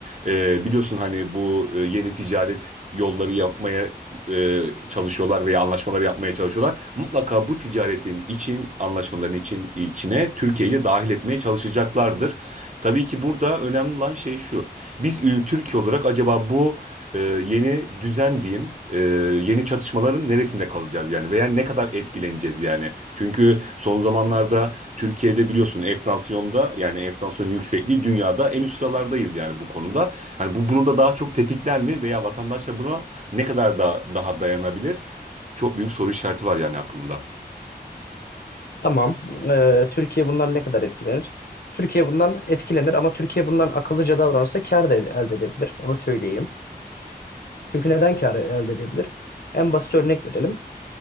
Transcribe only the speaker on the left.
Tamam. Ee, Türkiye bundan ne kadar etkilenir? Türkiye bundan etkilenir ama Türkiye bundan akıllıca davranırsa kar da elde edebilir. Onu söyleyeyim. Çünkü neden kar elde edebilir? En basit örnek verelim.